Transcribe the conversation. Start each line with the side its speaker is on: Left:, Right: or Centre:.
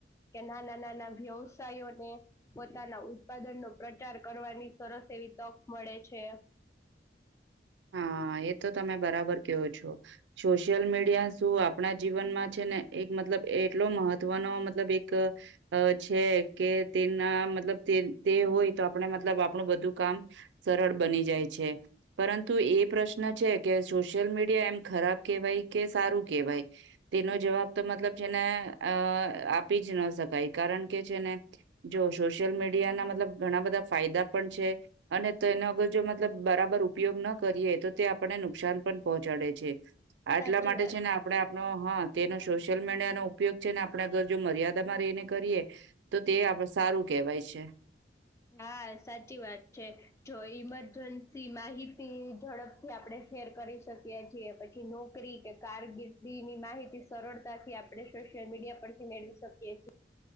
Left: કે નાના નાના વ્યવસાયોને પોતાના ઉત્પાદનનો પ્રચાર કરવાની સરસ તેવી તક મળે છે
Right: હા એ તો તમે બરાબર કેહો છો સોશિયલ મીડિયા શું આપણા જીવનમાં છે ને એક મતલબ એટલો મહત્વનો મતલબ એક છે કે તેના મતલબ તે તે હોય તો આપણા મતલબ આપણું બધું કામ સરળ બની જાય છે પરંતુ એ પ્રશ્ન છે કે સોશિયલ મીડિયા એમ ખરાબ કેવાય કે સારું કેવાય તેનો જવાબ ત મતલબ જે ને અ આપી જ ન શકાય કારણ કે છેને જો સોશિયલ મીડિયા મતલબ ઘણા બધા ફાયદા પણ છે અને તો એનો અગર જો મતલબ બરાબર ઉપયોગ ન કરીએ તો તે આપને નુકસાન પણ પહોંચાડે છે આટલા
Left: સાચી
Right: માટે
Left: વાત
Right: છે ને આપણે આપણો હા તેનો સોશિયલ મીડિયા નો ઉપયોગ છે ને આપણે અગર જો મર્યાદામાં રહીને કરીએ તો તે આપ સારું કેહેવાય છે
Left: હા સાચી વાત છે જો ઈમરજન્સી માહિતી ઝડપથી આપડે શેર કરી શકીએ છીએ પછી નોકરી કે કારકિર્દી ની માહિતી સરળતાથી આપડે શું સોશિયલ મીડિયા પરથી મેળવી શકીએ છે